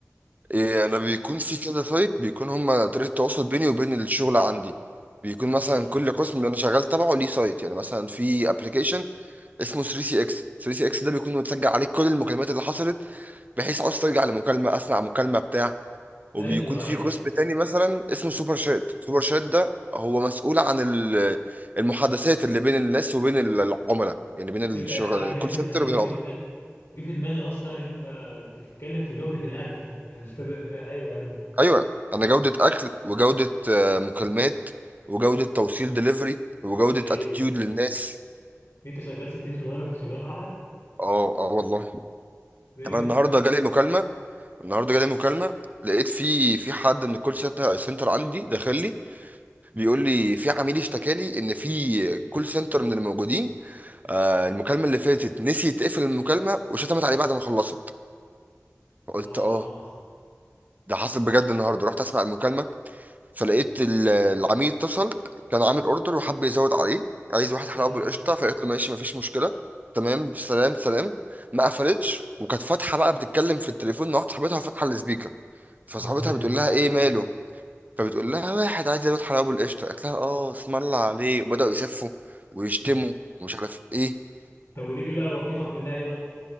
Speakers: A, on the right; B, on the left.
A: إيه انا بيكون في كده سايت بيكون هما طريقه التواصل بيني وبين الشغل عندي بيكون مثلا
B: اه
A: كل قسم انا شغال تبعه ليه سايت يعني مثلا في ابلكيشن اسمه 3 سي اكس 3 سي اكس ده بيكون متسجل عليه كل المكالمات اللي حصلت بحيث عاوز ترجع لمكالمه اسمع مكالمه بتاع وبيكون
B: ايوه
A: في
B: إيه.
A: قسم تاني مثلا اسمه سوبر شات سوبر شات ده هو مسؤول عن ال- المحادثات اللي بين الناس وبين العملاء يعني بين
B: فهمت
A: الشغل
B: انا
A: الكول
B: جه في
A: سنتر
B: انا
A: وبين
B: جه
A: العملاء
B: في دماغي جه في دماغي اصلا ان انت بتتكلم في جودة الاكل <laughs> انت ده... ايوه ايوه
A: ايوه انا جوده اكل وجوده آه، مكالمات وجوده توصيل دليفري وجوده
B: ايه
A: اتيتيود
B: ايه إيه؟
A: للناس
B: انت شغال 60 شغلانة في شغلانة واحدة
A: اه اه والله
B: ده ايه
A: طب
B: ده
A: انا النهارده جالي مكالمه النهارده جالي
B: مم.
A: مكالمه لقيت في في حد من الكول سنتر سنتر عندي داخل لي بيقول لي في عميل اشتكالي ان في كول سنتر من الموجودين آه المكالمه اللي فاتت نسي تقفل المكالمه وشتمت عليه بعد ما خلصت فقلت
B: اه
A: اه ده حصل بجد النهارده رحت اسمع المكالمه فلقيت ال- العميل اتصل كان عامل اوردر وحب يزود عليه عايز واحد حلاوه
B: <laughs> مم.
A: بالقشطه فقلت له ماشي مفيش مشكله تمام سلام سلام ما قفلتش وكانت فاتحه بقى بتتكلم في التليفون مع واحده صاحبتها فاتحه السبيكر فصاحبتها
B: اه هذا
A: بتقول
B: في-
A: لها ايه ماله فبتقول لها واحد عايز يزود حلاوه بالقشطه قالت لها اه اسم الله عليه وبداوا يسفوا ويشتموا ومش عارف ايه
B: طب ودي بقى موقفك منها ايه